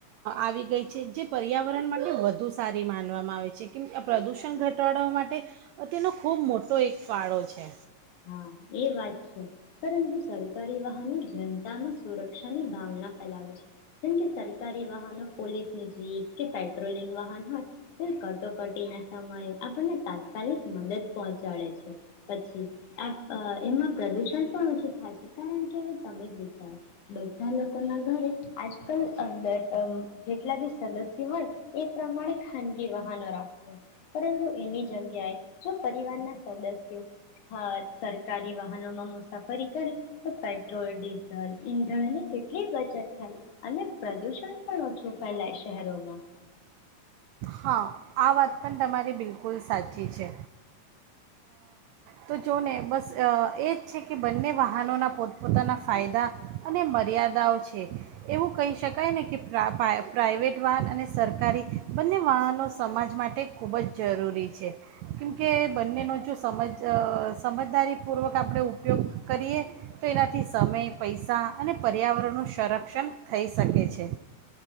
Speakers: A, on the right; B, on the left.
A: આવી ગઈ છે જે પર્યાવરણ માટે વધુ સારી માનવામાં આવે છે કેમ આ પ્રદૂષણ ઘટાડવા માટે તેનો ખૂબ મોટો એક ફાળો છે.
B: હા એ વાત છે પરંતુ સરકારી વાહનો જનતામાં સુરક્ષાની ભાવના ફેલાવે છે જેમ કે સરકારી વાહનો પોલીસની જીપ કે પેટ્રોલિંગ વાહન હોય તો કટોકટીના સમયે આપણને તાત્કાલિક મદદ પહોંચાડે છે પછી. અ એમાં પ્રદુષણ પણ ઓછું થાય છે કારણ કે હવે તમે જ વિચારો બધા લોકોના ઘરે આજકાલર જેટલા બી સદસ્યો હોય એ પ્રમાણે ખાનગી વાહનો રાખે છે પરંતુ એની જગ્યાએ જો પરિવારના સદસ્યો સરકારી વાહનોમાં મુસાફરી કર તો પેટ્રોલ ડીઝલ ઈંધણની કેટલી બચત થાય અને પ્રદુષણ પણ ઓછું ફેલાય શહેરોમાં
A: હા આ વાત પણ તમારી બિલકુલ સાચી છે તો જો ને બસ એ જ છે કે બંને વાહનોના પોતપોતાના ફાયદા અને મર્યાદાઓ છે એવું કહી શકાય ને કે પ્રાઇવેટ વાહન અને સરકારી બંને વાહનો સમાજ માટે ખૂબ જ જરૂરી છે કેમકે બંનેનો જો સમજ સમજદારીપૂર્વક આપણે ઉપયોગ કરીએ તો એનાથી સમય પૈસા અને પર્યાવરણનું સંરક્ષણ થઈ શકે છે.